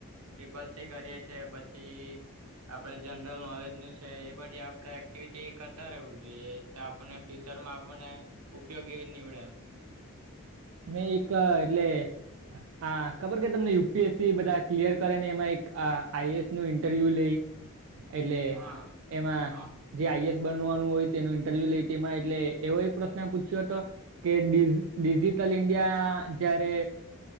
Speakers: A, on the right; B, on the right.
A: ટ્રિપલ સી કરીએ છે, પછી આપણેે જનરલ નોલેજ નું છે, એ બધી આપણેે એક્ટિવિટી કરતા રહેવું જોઈએ, એટલે આપણને ટીચર માં આપણને ઉપયોગી નીવડે એમ.
B: મે એક એટલે હા, ખબર કે તમને યુપીએસસી બધા ક્લિયર કરે ને, એમાં એક આઈએસ નું ઇન્ટરવ્યુ લે. એટલે
A: હા
B: એમાં
A: હા
B: જે આઈએસ બનવાનું હોય, તેનું ઇન્ટરવ્યૂ લઈ, તેમાં એવો એક પ્રશ્ન પૂછ્યો હતો કે ડિ ડિજિટલ ઇન્ડિયા જયારે